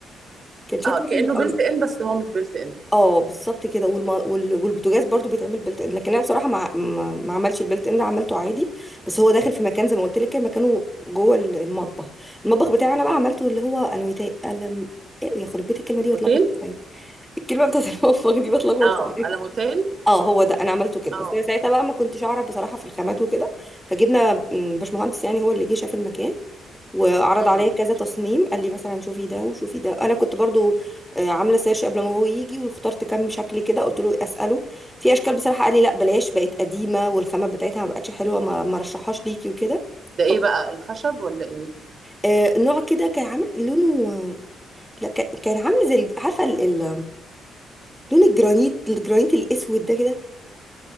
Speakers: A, in the centre; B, on the right (about 45°).
A: كان شكله
B: اه كانه
A: حلو
B: بيلت ان بس هو مش بيلت ان
A: اه بالظبط كده والم... وال... والبوتاجاز برضو بيتعمل بيلت ان لكن انا بصراحه ما ما ما عملش البيلت ان ده عملته عادي بس هو داخل في مكان زي ما قلت لك كده مكانه جوه ال- المطبخ المطبخ بتاعي انا بقى عملته اللي هو الميتاي قلم إيه يا خرب بيت الكلمه
B: الموتيل
A: دي بتلخبط طيب الكلمه بتاعت المطبخ دي بتلخبط
B: اه
A: في
B: على موتيل
A: اه هو ده انا عملته كده
B: اه
A: بس انا ساعتها بقى ما كنتش اعرف بصراحه في الخامات وكده فجبنا م، باشمهندس يعني هو اللي جه شاف المكان وعرض
B: امم
A: عليا كذا تصميم قال لي مثلا شوفي ده وشوفي ده انا كنت برضو آه، عامله سيرش قبل ما هو يجي واخترت كام شكل كده قلت له اساله في اشكال بصراحه قال لي لا بلاش بقت قديمه والخامات بتاعتها ما بقتش حلوه ما ما رشحهاش ليكي وكده
B: ده ايه
A: ف-
B: بقى الخشب ولا ايه
A: آه، نوع كده كان عامل لونه لا ك- كان عامل زي ال- عارفه ال... ال... لون الجرانيت الجرانيت الاسود ده كده